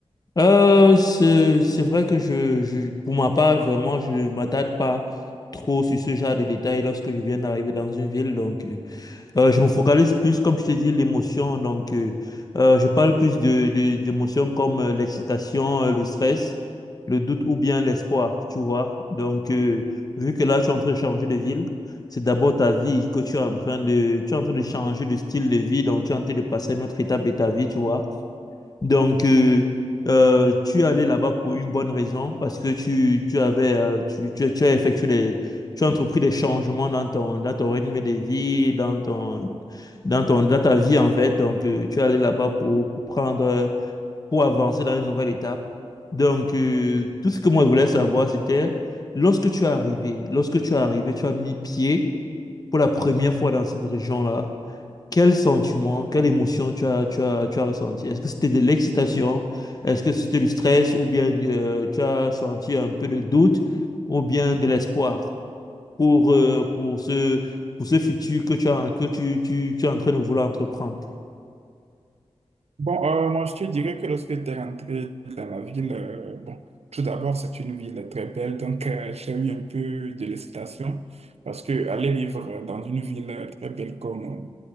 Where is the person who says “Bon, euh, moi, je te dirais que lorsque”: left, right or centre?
Right